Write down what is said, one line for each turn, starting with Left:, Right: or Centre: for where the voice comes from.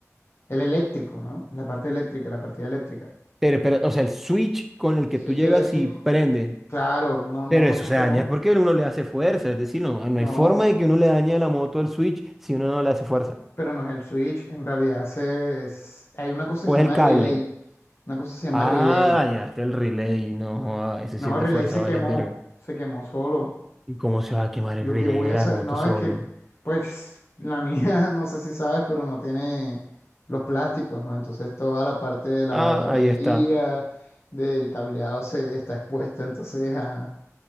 Left: el eléctrico, ¿no? La parte eléctrica, la partida eléctrica.
Centre: Pero, pero, o sea, el switch con el
Left: El
Centre: que
Left: switch
Centre: tú llegas
Left: eléctrico,
Centre: y prende.
Left: claro, no, no,
Centre: Pero
Left: no
Centre: eso
Left: funcionó.
Centre: se daña, es porque uno le hace fuerza, es decir, no, no
Left: No,
Centre: hay forma de que uno le dañe a la moto el switch si uno no le hace fuerza.
Left: pero no es el switch, en realidad se, es- hay una cosa
Centre: O
Left: que se
Centre: es
Left: llama
Centre: el cable.
Left: relay, una cosa que se llama
Centre: Ah,
Left: relay.
Centre: dañaste el relay, no, joda, ese
Left: No,
Centre: sí es
Left: el
Centre: de
Left: Relay
Centre: fuerza,
Left: se
Centre: vale,
Left: quemó,
Centre: verga.
Left: se quemó solo.
Centre: ¿Y cómo se va a quemar
Left: Yo
Centre: el relay
Left: qué voy
Centre: de
Left: a
Centre: la
Left: hacer,
Centre: moto
Left: no,
Centre: solo?
Left: es que, pues, la mía, <laughs> no sé si sabes, pero no tiene los plásticos, ¿no? Entonces toda la parte de la
Centre: Ah,
Left: batería,
Centre: ahí está.
Left: del cableado se está expuesta, entonces, ajá,